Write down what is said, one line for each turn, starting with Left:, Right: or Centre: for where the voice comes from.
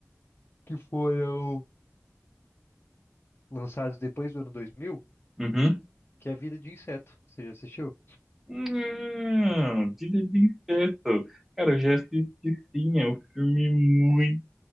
Left: que foram lançados depois do ano dois mil
Centre: Uhum.
Left: que é A Vida de Inseto. Você já assistiu?
Centre: Não, Vida de Incesto. Cara, eu já assisti sim, é um filme muito,